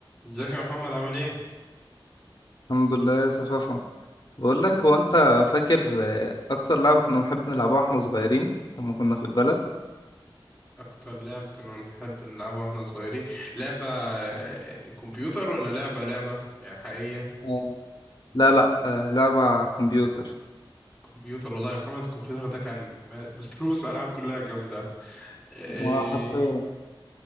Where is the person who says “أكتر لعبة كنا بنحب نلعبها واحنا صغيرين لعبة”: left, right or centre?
Centre